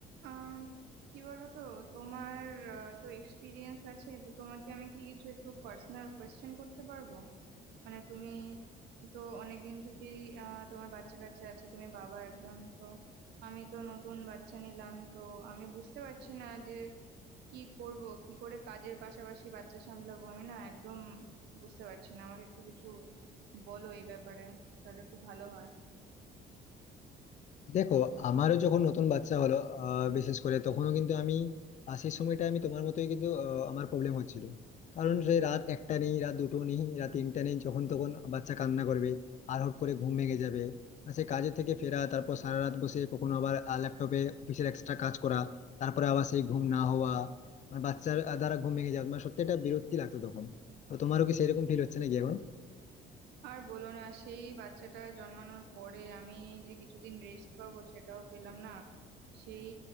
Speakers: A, on the right; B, on the left.
A: আম, কি বলো তো তোমার আহ, তো এক্সপিরিয়েন্স আছে তো তোমাকে আমি কি কিছু একটু পার্সোনাল কোয়েশ্চেন করতে পারবো মানে তুমি তো অনেকদিন থেকেই আহ, তোমার বাচ্চা কাচ্চা আছে তুমি বাবা একজন তো আমি তো নতুন বাচ্চা নিলাম তো আমি বুঝতে পারছি না যে কি করব কি করে কাজের পাশাপাশি বাচ্চা সামলাবো আমি না একদম বুঝতে পারছি না আমাকে একটু কিছু বলো এই ব্যাপারে তাহলে খুব ভালো হয়
B: দেখো আমারও যখন নতুন বাচ্চা হলো আহ, বিশেষ করে তখনও কিন্তু আমি আহ, সেই সময়টা আমি তোমার মতোই কিন্তু আহ, আমার প্রবলেম হচ্ছিল কারণ সে রাত একটা নেই রাত দুটো নেই রাত তিনটা নেই যখন তখন বাচ্চা কান্না করবে আর হট করে ঘুম ভেঙে যাবে আর সে কাজের থেকে ফেরা তারপর সারা রাত বসে কখনো আবার ল্যাপটপে অফিসের এক্সট্রা কাজ করা তারপরে আবার সেই ঘুম না হওয়া মানে বাচ্চার আহ, দ্বারা ঘুম ভেঙে যাওয়া মানে সত্যি এটা বিরক্তি লাগতো তখন তো তোমারও কি সেরকম ফিল হচ্ছে নাকি এখন
A: আর বলো না সেই বাচ্চাটা জন্মানোর পরে আমি যে কিছুদিন রেস্ট পাবো সেটাও পেলাম না সেই